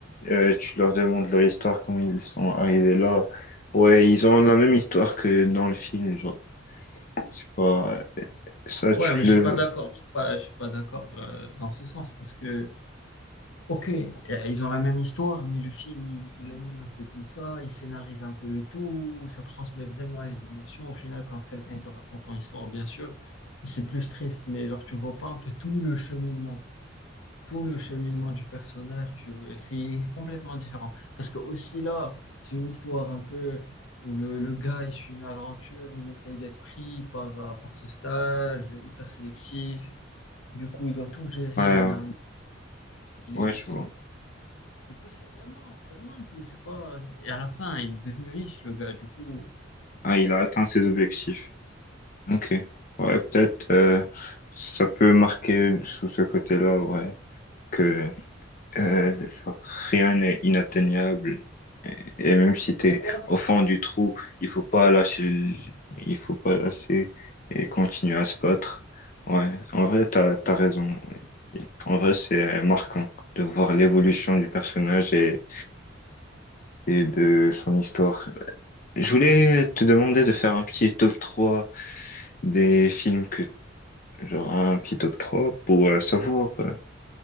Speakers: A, on the left (about 45°); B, on the left (about 75°).
A: euh, tu leur demandes leur histoire, comment ils sont arrivés là. Ouais, ils ont la même histoire que dans le film. Genre, c'est pas ça, tu
B: Ouais, mais
A: le.
B: je suis pas d'accord. Je suis pas, je suis pas d'accord euh, dans ce sens parce que, ok, euh, ils ont la même histoire, mais le film, il, il anime un peu tout ça, il scénarise un peu le tout, ça transmet vraiment les émotions. Au final, quand quelqu'un il te raconte ton histoire, bien sûr, c'est plus triste, mais genre, tu vois pas un peu tout le cheminement tout le cheminement du personnage, tu veux- c'est complètement différent. Parce que aussi là, c'est une histoire un peu où le, le gars, il suit une aventure, il essaye d'être pris par, euh, par ce stage hyper sélectif. Du coup, il doit tout gérer,
A: Ouais, ouais,
B: il a un- il
A: ouais,
B: éduque
A: je vois.
B: son... Du coup, c'est vraiment, c'est vraiment un tout. C'est pas... Et à la fin, il est devenu riche, le gars. Du coup...
A: Ah, il a atteint ses objectifs. Ok. Ouais, peut-être euh, ça peut marquer sous ce côté-là, ouais, que euh, genre, rien n'est inatteignable. Et, et même si t'es
B: Et toi, c'est-
A: au fond du trou, il faut pas lâcher, le- il faut pas lâcher et continuer à se battre. Ouais, en vrai, t'as, t'as raison. Ouais. En vrai, c'est euh, marquant de voir l'évolution du personnage et, et de son histoire. Je voulais te demander de faire un petit top 3 des films que Genre un petit top 3 pour euh, savoir euh,